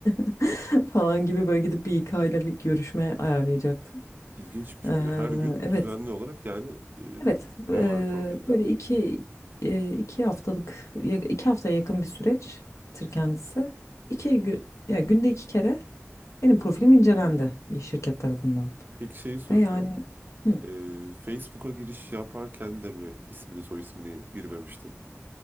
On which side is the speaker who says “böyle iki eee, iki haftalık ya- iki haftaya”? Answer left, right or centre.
Left